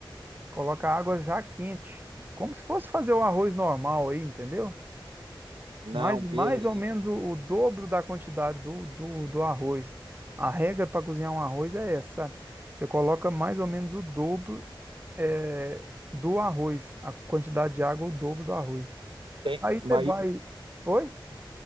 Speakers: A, on the right (about 25°); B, on the right (about 80°).
A: Coloca água já quente, como se fosse fazer o arroz normal aí, entendeu?
B: Não,
A: Mais, mais
B: beleza.
A: ou menos o, o dobro da quantidade do, do, do arroz. A regra para cozinhar um arroz é essa, sabe? Você coloca mais ou menos o dobro eh, do arroz, a quantidade de água, é o dobro do arroz.
B: Tem,
A: Aí você
B: mas,
A: vai. Oi?